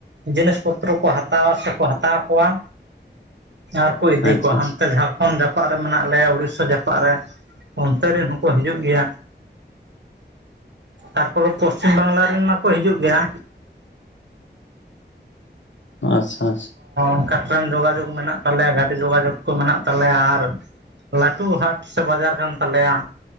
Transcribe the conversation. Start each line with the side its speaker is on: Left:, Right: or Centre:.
Right: ᱡᱤᱱᱤᱥ ᱯᱚᱛᱨᱚ ᱠᱚ ᱦᱟᱛᱟᱣᱟ ᱥᱮ ᱠᱚ ᱦᱟᱛᱟᱣ ᱠᱚᱣᱟ, ᱟᱨ ᱠᱩ ᱤᱫᱤ
Left: ᱟᱪᱪᱷᱟ
Right: ᱠᱚᱣᱟ
Left: ᱟᱪᱪᱷᱟ ᱟᱪᱪᱷᱟ
Right: ᱦᱟᱱᱛᱮ ᱡᱷᱟᱲᱠᱷᱚᱱ ᱡᱟᱯᱟᱜ ᱨᱮ ᱢᱮᱱᱟᱜ ᱞᱮᱭᱟ ᱩᱲᱤᱥᱥᱟ ᱡᱟᱯᱟᱜ ᱨᱮ᱾ ᱚᱱᱛᱮ ᱨᱮᱱ ᱦᱚᱸᱠᱚ ᱦᱤᱡᱩᱜ ᱜᱮᱭᱟ᱾ ᱛᱟᱨᱯᱚᱨᱮ ᱯᱚᱥᱪᱤᱢ ᱵᱟᱝᱞᱟ ᱨᱮᱱ ᱢᱟᱠᱚ ᱦᱤᱡᱩᱜ ᱜᱮᱭᱟ᱾
Left: ᱟᱪᱪᱷᱟ
Right: ᱚᱱᱠᱟ ᱴᱨᱮᱹᱱ ᱡᱳᱜᱟᱡᱳᱜᱽ ᱢᱮᱱᱟᱜ ᱛᱟᱞᱮᱭᱟ ᱜᱟᱹᱰᱤ ᱡᱳᱜᱟᱡᱳᱜᱽ ᱠᱚ ᱢᱮᱱᱟᱜ ᱛᱟᱞᱮᱭᱟ ᱟᱨ ᱞᱟᱹᱴᱩ ᱦᱟᱴ ᱥᱮ ᱵᱟᱡᱟᱨ ᱠᱟᱱ ᱛᱟᱞᱮᱭᱟ᱾